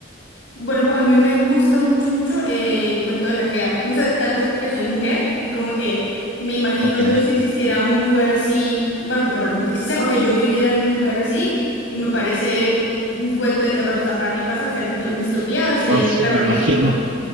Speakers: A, on the left; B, on the right.
A: Bueno, pues a mí me gusta mucho, mucho el cuento de la criada. No sé, tal vez porque soy mujer y como que me imagino
B: Ok,
A: yo si existiera un lugar así, bueno, que probablemente existan, o que yo viviera en un lugar así y me parece un cuento de terror. O sea, para mí pasa a ser dito- distopía, a ser
B: oh, se
A: terrorífico.
B: me imagino.